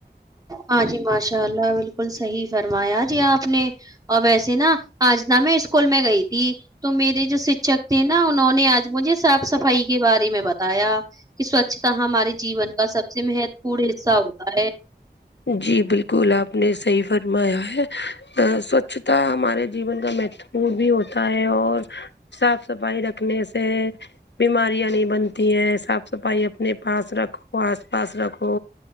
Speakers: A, on the right; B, on the left.
A: ہاں جی ماشاء اللہ بالکل صحیح فرمایا جی آپ نے اور ویسے نا آج ن میں اسکول میں گئی تھی تو میرے جو شکشک تھے نا انہوں نے آج مجھے صاف صفائی کے بارے میں بتایا کہ سوچھتا ہمارے جیون کا سب سے مہتو پورن حصہ ہوتا ہے
B: جی بالکل آپ نے صحی فرمایا ہے سوچھتا ہمارے جیون کا مہت بھی ہوتا ہے اور صاف صفائی رکھنے سے بیماریاں نہیں بنتی ہیں صاف صفائی اپنے پاس رکھو آس پاس رکھو